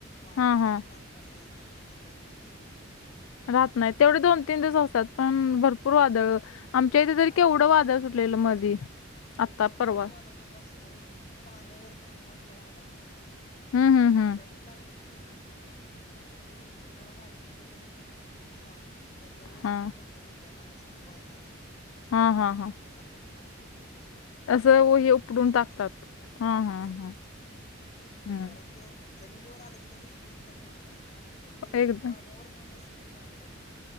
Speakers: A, on the left (about 35°); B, on the left (about 85°).
A: वादळ
B: हा
A: असे
B: हा
A: पाच पा एक एक महिना दिवस पंधरा दिवस राहत नाहीत.
B: राहत नाहीत तेवढे दोन न त असतात पण भरपूर वादळ
A: हा चार दिवस मग ते
B: आमच्या इथे तरी केवढं
A: आता समजा
B: वादळ सुटलेलं मधी. आत्ता.
A: ते समुद्रात
B: परवा
A: वादळ कसं अस तर पाण्यावरण फास्ट वाहत असत ना
B: हम्म हम्म
A: त्याला
B: हम्म
A: जमीन लागली की. संपून जात मग ते जोपर्यंत किनारा लागत नाही तोपर्यंत ते चालू असतं मग काही त्यावेळेस
B: हा
A: खूप मोठ्या मोठ्या पण असतेत वादळं असतेत म्हणजे
B: हा
A: किनाऱ्याची
B: हा हा
A: नारळाची झाडं बिडं
B: असं व-
A: उकडून
B: हे उपडून
A: टाकतेत
B: टाकतात हा हा हा
A: ह‌‍‌‌म्म हं
B: हम्म
A: कर‌त ते जमिनीवर आलं की त्याचा स्पीड कमी होतो ना एकदम पण ते
B: एकदम
A: पाण्यावरनं लई स्पि स्पीड न आलेली असते